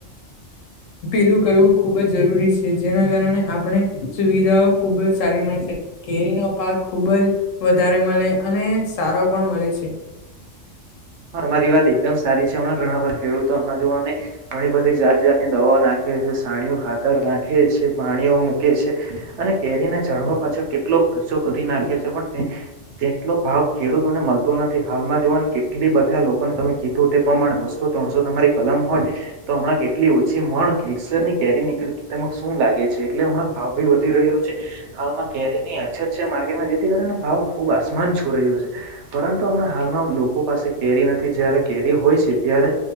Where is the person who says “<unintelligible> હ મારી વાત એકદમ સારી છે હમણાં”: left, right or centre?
Right